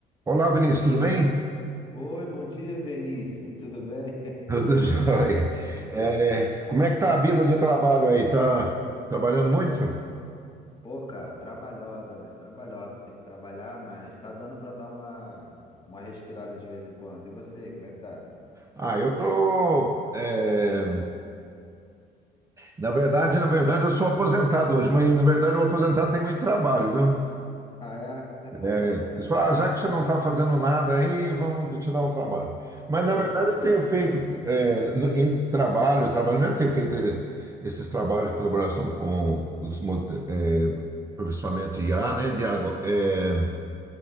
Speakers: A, on the right (about 20°); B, on the left (about 25°).
A: Olá, Vinícius, tudo bem?
B: Oi, bom dia, Venício. Tudo bem?
A: <laughs> Tudo jóia.
B: <laughs>
A: É, como é que tá a vida de trabalho aí? Tá trabalhando muito?
B: Pô, cara, trabalhosa, né? Trabalhosa, tem que trabalhar, mas tá dando pra dar uma uma respirada de vez em quando. E você, como é que tá?
A: Ah, eu tô. é, na verdade, na verdade, eu sou aposentado hoje, mas na verdade o aposentado tem muito trabalho, viu?
B: Ah, é? <laughs>
A: É, Eles falaram, ah, já que você não está fazendo nada aí, vamos te dar um trabalho. Mas na
B: Eles
A: verdade
B: falam
A: eu tenho
B: isso,
A: feito
B: é.
A: é, no- em trabalho, trabalho mesmo, tenho feito é, esses trabalhos de colaboração com os mo- é, aperfeiçoamento de IA, né? De água. é,